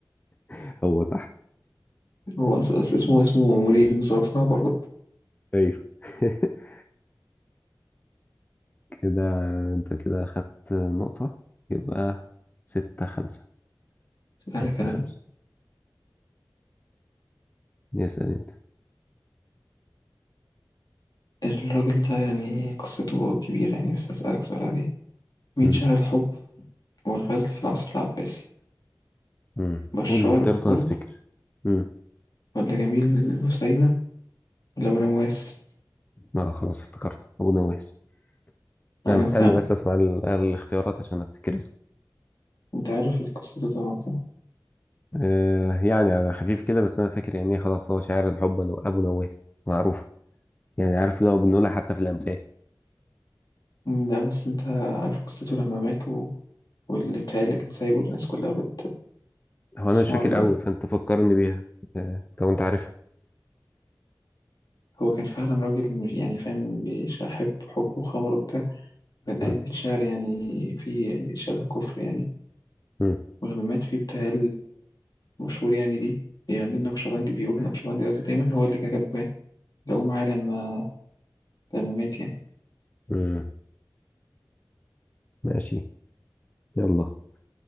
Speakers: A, on the left; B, on the left.
A: <laughs> هو صح
B: هو أس- اسمه اسمه مريب نزلات العبارات
A: أيوه <laughs> كده أنت كده أخدت نقطة يبقى ستة خمسة
B: اسألك
A: ستة
B: أنا
A: خمسة اسأل أنت
B: الراجل ده يعني قصته كبيرة يعني بس هسألك سؤال عليه مين
A: مم.
B: شاعر الحب والغزل في العصر العباسي
A: مم.
B: بشار
A: قول الاختيارات
B: برضه
A: وأنا أفتكر مم.
B: ولا جميل بوسينة ولا أبو نواس
A: لا خلاص افتكرت أبو نواس أنا
B: أيوة
A: مستني
B: فعلا
A: بس أسمع ال- الاختيارات عشان أفتكر
B: أنت عارف قصته طبعا صح؟
A: آه يعني على خفيف كده بس انا فاكر يعني إيه، خلاص هو شاعر الحب أنو- ابو نواس معروفه يعني عارف ده بنقولها حتى في الامثال
B: مم، لا بس أنت عارف قصته لما مات و- واللي بتاع اللي كان سايبه الناس كلها بت...
A: هو
B: بتسمعه
A: انا مش فاكر
B: دلوقتي
A: قوي فانت فكرني بيها آه لو انت عارفها
B: هو كان فعلا راجل مش- يعني فاهم بيحب حب وخمر وبتاع بنقاد
A: مم،
B: بيتشعر يعني في شبه كفر يعني
A: مم،
B: ولما مات في بتاع المشهور يعني دي بيغني النقشبندي بيقول النقشبندي قصدي دايما هو اللي كان كاتباه لقوه معاه لما لما مات يعني
A: مم. ماشي يلا